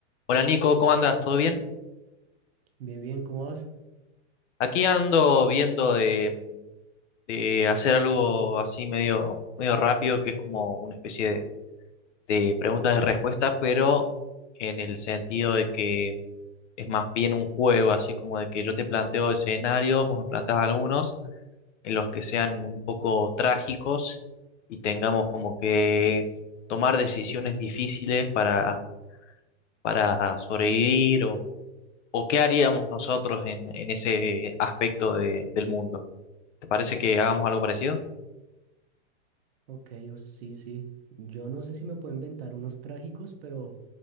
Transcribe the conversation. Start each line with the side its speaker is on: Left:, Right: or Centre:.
Left: Hola Nico, ¿cómo andas? ¿Todo bien?
Right: Bien, bien, ¿cómo vas?
Left: Aquí ando viendo de, de hacer algo así medio, medio rápido, que es como una especie de, de preguntas y respuestas, pero en el sentido de que es más bien un juego, así como de que yo te planteo escenarios, vos me planteas algunos en los que sean un poco trágicos y tengamos como que tomar decisiones difíciles para, para sobrevivir o qué haríamos nosotros en, en ese aspecto de- del mundo? ¿Te parece que hagamos algo parecido?
Right: Ok, o- sí, sí. Yo no sé si me puedo inventar unos trágicos, pero